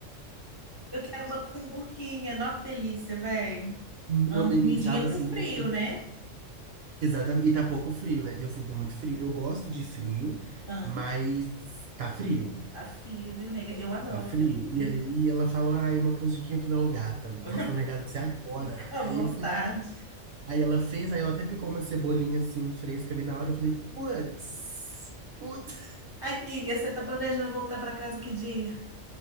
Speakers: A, on the left; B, on the right.
A: Eu quero uma cumbuquinha. Nossa, que delícia, velho.
B: Meu
A: Amo
B: amigo,
A: comidinha
B: estava
A: pro
B: assim,
A: frio,
B: eu- eu-
A: né?
B: exatamente, e tá pouco frio, né? Eu sinto muito frio. Eu gosto de frio,
A: Ah,
B: mas tá frio.
A: tá frio, viu, nega? Eu adoro
B: Tá frio.
A: frio, viu?
B: E aí ela falou, ah, uma canjiquinha. Eu falei, ô gata,
A: <laughs>
B: vou no supermercado com você agora.
A: Fica
B: Aí
A: à vontade.
B: eu fui lá, aí ela fez, aí ela até picou uma cebolinha assim, fresca ali na hora. Eu falei, putz, putz.
A: Aqui, e você tá planejando voltar pra casa que dia?